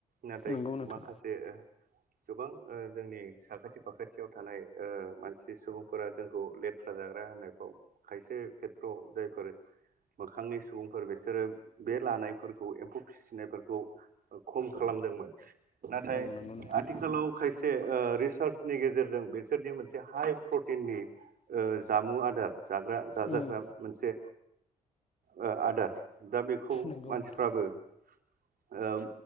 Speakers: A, on the right; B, on the left.
A: नाथाय
B: नंगौ नोंथां
A: माखासे गोबां ओ जोंनि साखाथि फाखाथियाव थानाय ओ मानसि सुबुंफोरा जोंखौ लेथ्रा जाग्रा होननायफ्राव खायसे खेथ्रआव जायफोर मोखांनि सुबुंफोर बिसोरो बे लानायफोरखौ एम्फौ फिसिनायफोरखौ खम खालामदोंमोन नाथाय
B: औ नंगौ नोंथां
A: आथिखालाव खायसे रिसार्चनि गेजेरजों बिसोरनि मोनसे हाइ प्रटिननि ओ जामु आदार जाग्रा जाजाग्रा
B: उम
A: मोनसे ओ आदार दा बेखौ
B: नंगौ
A: मानसिफ्राबो
B: नोंथां
A: ओम